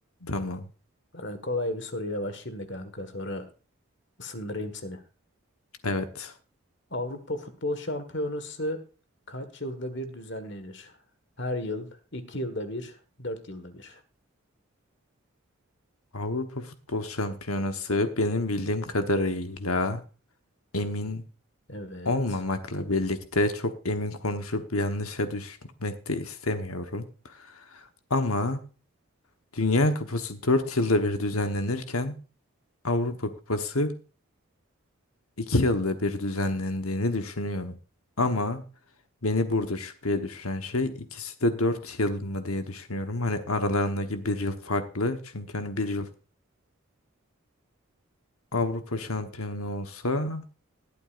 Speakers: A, on the left; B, on the left.
A: Tamam.
B: Sana kolay bir soruyla başlayayım da kanka sonra ısındırayım seni.
A: Evet.
B: Avrupa Futbol Şampiyonası kaç yılda bir düzenlenir? Her yıl, iki yılda bir, dört yılda bir.
A: Avrupa Futbol Şampiyonası benim bildiğim kadarıyla emin
B: Evet.
A: olmamakla birlikte çok emin konuşup yanlışa düşmek de istemiyorum. Ama Dünya Kupası 4 yılda bir düzenlenirken Avrupa Kupası 2 yılda bir düzenlendiğini düşünüyorum. Ama beni burada şüpheye düşüren şey ikisi de 4 yıl mı diye düşünüyorum. Hani aralarındaki bir yıl farklı. Çünkü hani bir yıl Avrupa şampiyonu olsa